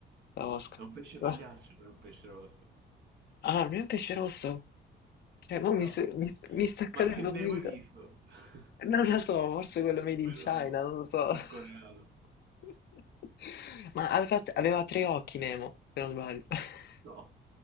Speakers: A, on the left (about 60°); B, on the right (about 60°).
A: Da Oscar.
B: È un pesce pagliaccio,
A: Ah,
B: non è un pesce rosso.
A: ah, non è un pesce rosso? Cioè, mo mi,
B: No.
A: s- mi s- mi sta cadendo
B: Ma che Nemo
A: un dito.
B: hai visto? <laughs>
A: Non lo so, forse quello made in
B: Quello
A: China, non lo so.
B: sudcoreano.
A: <laughs> Ma aveva, aveva tre occhi Nemo, se non sbaglio. <laughs>
B: No.